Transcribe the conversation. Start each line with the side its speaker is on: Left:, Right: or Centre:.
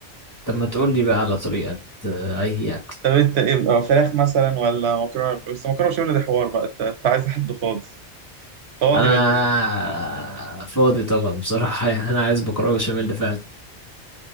Left: طب ما تقول لي بقى على طريقه آه، اي اكل
Right: طب انت ايه آه، فراخ مثلا ولا مكرونة بس مكرونة بشاميل ده حوار بقى انت أنت عايز حد فاضي فاضي
Left: انا
Right: ولا ايه
Left: فاضي طبعا بصراحه <laughs> يعني انا عايز مكرونه بشاميل ده فعلا